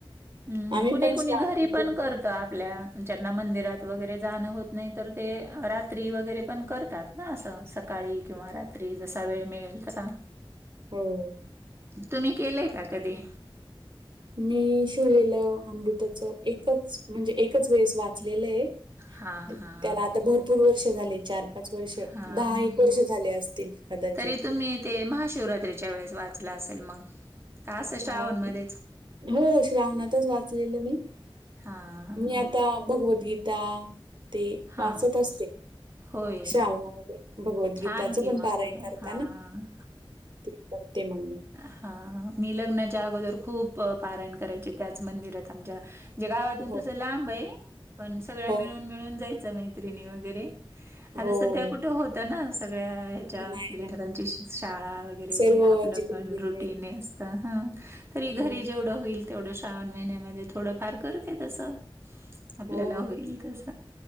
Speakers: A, on the right (about 25°); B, on the right (about 55°).
A: हम्म,
B: आम्ही
A: कुणी
B: पण
A: कुणी
B: श्रावणामध्ये
A: घरी पण कर तर आपल्या ज्यांना मंदिरात वगैरे जाणं होत नाही, तर ते रात्री वगैरे पण करतात. ना, असं सकाळी किंवा रात्री, जसा वेळ मिळेल तसं.
B: हो.
A: तुम्ही केलंय का कधी?
B: मी शिवलेलं अमृताचं एकच, म्हणजे एकच वेळेस वाचलेलं आहे.
A: हा
B: ते
A: हा
B: त्याला
A: हा.
B: आता भरपूर वर्षं झाले, चार-पाच वर्षं,
A: हां.
B: दहा एक वर्षं झाले असतील कदाचित.
A: तरी तुम्ही ते महाशिवरात्रीच्या वेळेस वाचलं असेल मग. का असं श्रावणमध्येच?
B: अहो, श्रावणातच वाचलेलं मी.
A: हां,
B: मी
A: हां.
B: आता भगवद्गीता त्या ते
A: हां,
B: वाचत असते
A: होय.
B: श्रावणामध्ये. भगवद्गीतेचं
A: छान की
B: पण
A: मग
B: पारायण
A: ते.
B: करताना
A: हां,
B: ते करते मग मी.
A: हा, मी लग्नाच्या अगोदर खूप पारायण करायचे, त्याच मंदिरात आमच्या. म्हणजे गावातून
B: हो,
A: तसं लांब आहे, पण सगळ्या
B: हो,
A: मिळून जायचं, मैत्रिणी वगैरे.
B: हो.
A: आता सध्या कुठे होतं ना, सगळ्या
B: नाही
A: लेकरांची
B: ना.
A: शाळा वगैरे,
B: सर्व
A: हे आपलं
B: तिकडे-तिकडे.
A: पण रुटीन असतं. तरी घरी
B: हो ना.
A: जेवढं होईल तेवढं श्रावण महिन्यामध्ये थोडंफार करते तसं. आपल्याला
B: हो,
A: होईल तस.